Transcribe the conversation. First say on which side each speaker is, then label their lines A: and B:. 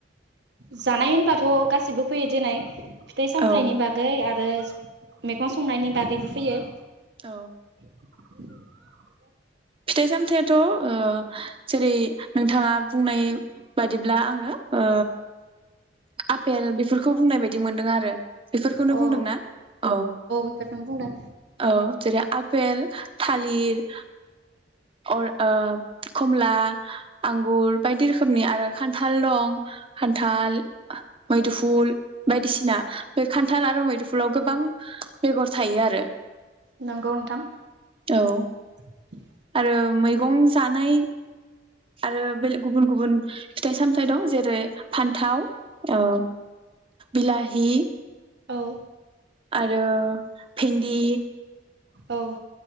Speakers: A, on the right; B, on the right.
A: जानाय होनब्लाथ' गासैबो फैयो देनाय। फिथाइ सामथाइनि
B: औ
A: बागै आर रोस मैगं संनायनि बागैबो फैयो।
B: औ।
A: <inaudible>
B: फिथाइ सामथाइयाथ' ओ जेरै नोंथाङा बुंनाय बादिब्ला आङो ओ आपेल बेफोरखौ बुंनाय बायदि मोनदों आरो। बेफोरखौनो
A: अ
B: बुंदोंना? औ
A: बेफोरखौनो बुंदों
B: औ जेरै आपेल, थालिर अर ओ कमला आंगुर बायदि रोखोमनि आरो खान्थाल दं खान्थाल मैदो फुल बायदिसि दिना बे खान्थाल आरो मैदुफुलाव गोबां बेगर थायो आरो।
A: नंगौ नोंथां।
B: औ‌
A: <inaudible>
B: आरो मैगं जानाय आरो बेल गुबुन गुबुन फिथाइ साम थाइ दं जेरै फान्थाव ओ बिलाहि
A: औ
B: आरो भिन्दि
A: औ